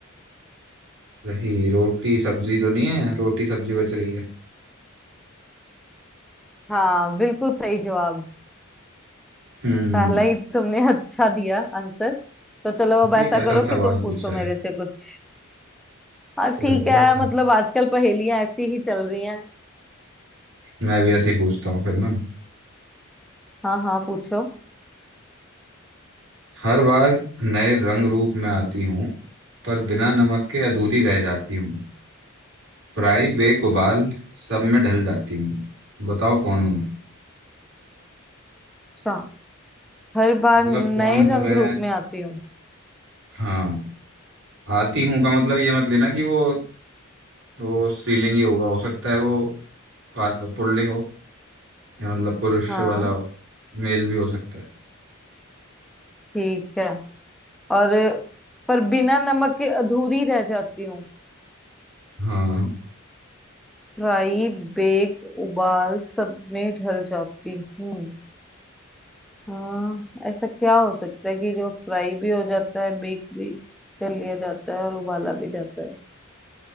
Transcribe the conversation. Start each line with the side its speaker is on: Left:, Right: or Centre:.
Right: सही रोटी सब्जी तो नहीं है रोटी सब्जी बच रही है
Centre: हाँ बिल्कुल सही जवाब
Right: हम्म
Centre: पहला ही तुमने <laughs> अच्छा दिया आंसर तो चलो अब
Right: ये
Centre: ऐसा
Right: कैसा
Centre: करो कि
Right: सवाल
Centre: तुम पूछो
Right: पूछा है
Centre: मेरे से कुछ हाँ
Right: चलो
Centre: ठीक है
Right: ठीक।
Centre: मतलब आजकल पहेलियां ऐसी ही चल रही हैं
Right: मैं भी ऐसे ही पूछता हूँ फिर ना
Centre: हाँ हाँ पूछो
Right: हर बार नए रंग रूप में आती हूँ पर बिना नमक के अधूरी रह जाती हूँ फ्राई बेक उबाल सब में ढल जाती हूँ बताओ कौन हूँ मैं
Centre: अच्छा हर बार
Right: मतलब
Centre: नए
Right: कौन हूँ
Centre: रंग
Right: मैं
Centre: रूप में आती हूँ
Right: हाँ आती हूँ का मतलब ये मत लेना कि वो वो स्त्रीलिंग ही होगा हो सकता है वो पार- पुल्लिंग हो या मतलब पुरुष
Centre: हाँ
Right: वाला मेल भी हो सकता है
Centre: ठीक है और पर बिना नमक के अधूरी रह जाती हूँ
Right: हाँ
Centre: फ्राई बेक उबाल सब में ढल जाती हूँ हाँ ऐसा क्या हो सकता है कि जो फ्राई भी हो जाता है बेक भी कर लिया जाता है और उबाला भी जाता है